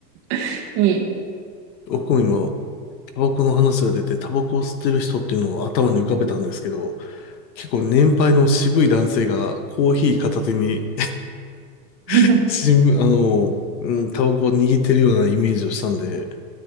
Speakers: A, on the right; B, on the left.
A: <laughs> ねえ。
B: 僕も今、タバコの話が出て、タバコを吸ってる人っていうのを頭に浮かべたんですけど、結構年配の渋い男性がコーヒー片手に
A: <laughs>
B: <laughs> 新聞、あの、うん、タバコを握ってるようなイメージをしたんで、